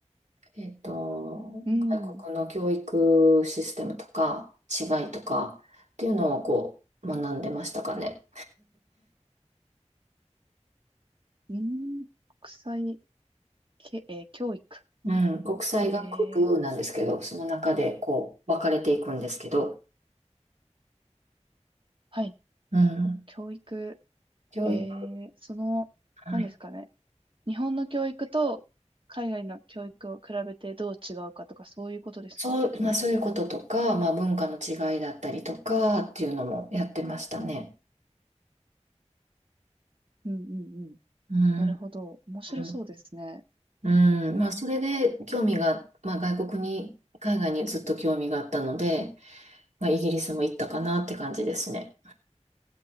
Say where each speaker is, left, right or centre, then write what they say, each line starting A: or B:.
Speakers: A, on the right; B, on the right.
A: えっと、
B: うん、
A: 外国の教育システムとか違いとかっていうのをこう学んでましたかね。
B: うん、国際け、えー教育。
A: うん、国際学部なんですけど、
B: えー、
A: その中でこう分かれていくんですけど、
B: はい、
A: うん、
B: 教育。
A: 教育、
B: えー、その、
A: はい。
B: 何ですかね。日本の教育と海外の教育を比べてどう違うかとか、そういうことですか
A: そう、まあそういうこととか、まあ文化の違いだったりとかっていうのもやってましたね。
B: うん、うん、うん。
A: うん、
B: なるほど。面白そうですね。
A: うん、うんまあそれで興味が、まあ外国に、海外にずっと興味があったので、まあ、イギリスも行ったかなって感じですね。